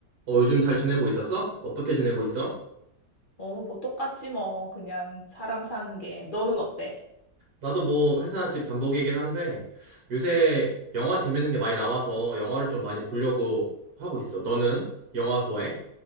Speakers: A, on the right; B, on the left.
A: 어, 요즘 잘 지내고 있었어? 어떻게 지내고 있어?
B: 어, 뭐 똑같지 뭐. 그냥 사람 사는 게. 너는 어때?
A: 나도 뭐 회사 집 반복이긴 한데 요새 영화 재밌는 게 많이 나와서 영화를 좀 많이 보려고 하고 있어. 너는 영화 좋아해?